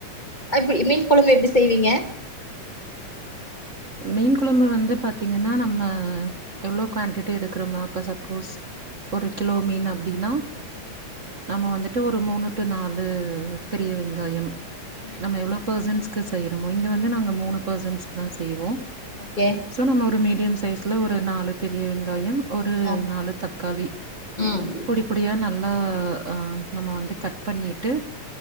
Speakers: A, on the left (about 20°); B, on the right (about 65°).
A: ஆ இப்பி மீன் கொழம்பு எப்டி செய்வீங்க
B: மீன் குழம்பு வந்து பாத்தீங்கன்னா நம்ம எவ்ளோ குவான்டிட்டி எடுக்கிறோம்னா அப்ப சப்போஸ் ஒரு கிலோ மீன் அப்டின்னா
A: ம்
B: நம்ம வந்துட்டு ஒரு மூணு டு நாலு பெரிய வெங்காயம்
A: ம்
B: நம்ம எவ்ளோ பெர்சன்ஸ்க்கு செய்யறோமோ இங்க வந்து நாங்க மூணு பெர்சன்ஸ்கு தா செய்வோ
A: ஓகே
B: சோ நம்ம ஒரு மீடியம் சைஸ்ல ஒரு நாலு பெரிய வெங்காயம் ஒரு
A: ஆ
B: நாலு தக்காளி
A: ம்
B: பொடி பொடியா நல்லா ஆ நம்ம வந்து கட் பண்ணிட்டு